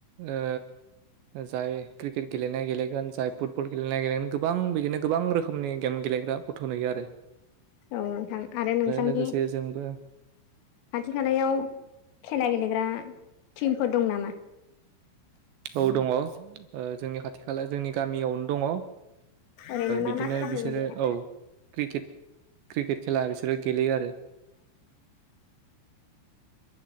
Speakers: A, on the right; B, on the left.
A: ओ। जाय क्रिकेट गेलेनाया गेलेगोन जाय फुटबल गेलेनाय गेलेगोन गोबां बिदिनो गोबां रोखोमनि गेम गेलेग्रा गथ' नुयो आरो
B: औ नोंथां आरो नोंथांनि
A: लोगोसे जोंबो
B: खाथि खालायाव खेला गेलेग्रा टिमफोर दं नामा?
A: औ दङ जोंनि खाथि खाला जोंनि गामियावनो दङ‌।
B: ओरैनो मा
A: बिदिनो
B: मा खेलाखौ
A: बिसोरो
B: गेलेयो
A: औ क्रिकेट क्रिकेट खेला बिसोरबो गेलेयो आरो